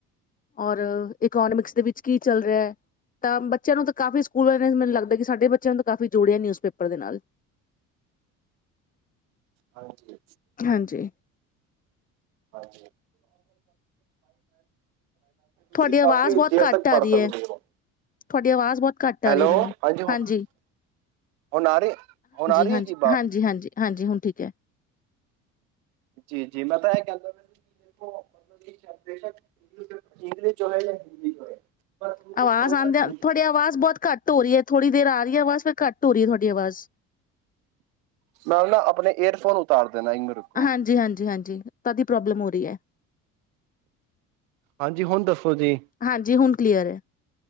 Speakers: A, on the left; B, on the right.
A: ਔਰ ਇਕੋਨਮਿਕਸ ਦੇ ਵਿੱਚ ਕੀ ਚੱਲ ਰਿਹਾ ਹੈ ਤਾਂ ਬ ਬੱਚਿਆਂ ਨੂੰ ਤਾਂ ਕਾਫੀ ਸਕੂਲ ਵਾਲੇ ਨੇ ਮੈਨੂੰ ਲੱਗਦਾ ਕਿ ਸਾਡੇ ਬੱਚਿਆਂ ਨੂੰ ਤਾਂ ਕਾਫੀ ਜੋੜਿਆ ਨਿਊਜ਼ ਪੇਪਰ ਦੇ ਨਾਲ।
B: ਹਾਂਜੀ
A: ਹਾਂਜੀ
B: ਹਾਂਜੀ <unintelligible>
A: ਤੁਹਾਡੀ
B: ਤੁਸੀਂ ਕਾਫੀ
A: ਆਵਾਜ਼ ਬਹੁਤ
B: ਦੇਰ
A: ਘੱਟ
B: ਤੱਕ ਪੜ੍ਹ
A: ਆ ਰਹੀ
B: ਸਕਦੇ
A: ਹੈ,
B: ਹੋ
A: ਤੁਹਾਡੀ ਆਵਾਜ਼ ਬਹੁਤ ਘੱਟ ਆ
B: ਹੈਲੋ
A: ਰਹੀ ਹੈ ਮੈਨੂੰ
B: ਹਾਂਜੀ ਹੁਣ
A: ਹਾਂਜੀ-ਹਾਂਜੀ,
B: ਆ ਰਹੀ ਹੁਣ ਆ ਰਹੀ
A: ਹਾਂਜੀ-ਹਾਂਜੀ,
B: ਹੈ ਜੀ
A: ਹਾਂਜੀ- ਹਾਂਜੀ ਹੁਣ ਠੀਕ ਆ
B: ਜੀ-ਜੀ ਮੈਂ ਤਾਂ ਇਹ ਕਹਿਦਾ ਦੇਖੋ ਮਤਲਬ ਬੇਸ਼ਕ ਇੰਗਲਿਸ਼ ਜੋ ਹੈ <unintelligible> ਉਹਨੂੰ
A: ਆਵਾਜ਼
B: ਪੜ੍ਹਨਾ
A: ਆਉਂਦਿਆਂ
B: ਜ਼ਰੂਰ ਚਾਹੀਦਾ
A: ਤੁਹਾਡੀ ਆਵਾਜ਼
B: ਹੈ।
A: ਬਹੁਤ ਘੱਟ ਘੱਟ ਹੋ ਰਹੀ ਹੈ ਥੋੜ੍ਹੀ ਦੇਰ ਆ ਰਹੀ ਹੈ ਆਵਾਜ਼ ਫੇਰ ਘੱਟ ਹੋ ਰਹੀ ਹੈ ਤੁਹਾਡੀ ਆਵਾਜ਼।
B: ਮੈਂ ਉਹ ਨਾ ਆਪਣੇ ਏਅਰਫੋਨ ਉਤਾਰ ਦੇਣਾ ਇੱਕ ਮਿੰਟ ਰੁਕੋ
A: ਹਾਂਜੀ-ਹਾਂਜੀ ਹਾਂ ਜੀ ਤਦੀ ਪ੍ਰੋਬਲਮ ਹੋ ਰਹੀ ਹੈ।
B: ਹਾਂਜੀ ਹੁਣ ਦੱਸੋ ਜੀ।
A: ਹਾਂਜੀ, ਹੁਣ ਕਲੀਅਰ ਹੈ।